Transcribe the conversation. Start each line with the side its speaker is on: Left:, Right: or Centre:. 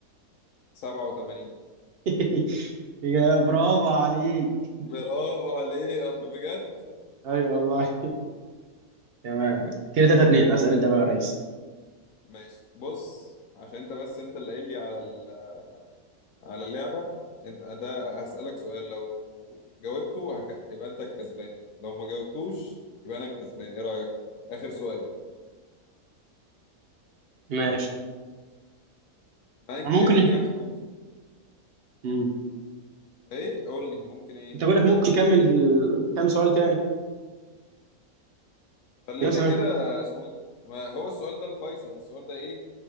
Left: 87
Right: <laughs> يا برافو عليك
Left: برافو عليك <laughs> أنا بجد
Right: اي والله تمام كده 3 2 اسال انت بقى يا ريس
Left: ماشي بص عشان انت بس انت اللي قايل لي على ال- على اللعبه انت ده هسألك سؤال لو جاوبته هك... يبقى انت الكسبان لو ما جاوبتوش يبقى انا الكسبان ايه رأيك اخر سؤال
Right: ماشي
Left: من
Right: ممكن
Left: كان يحكم
Right: امم
Left: ايه قول لي ممكن ايه
Right: انت بقول لك ممكن نكمل كام سؤال تاني
Left: خلينا
Right: يعني مثلا
Left: كده اسمه ايه ده ما هو السؤال ده الفيصل السؤال ده ايه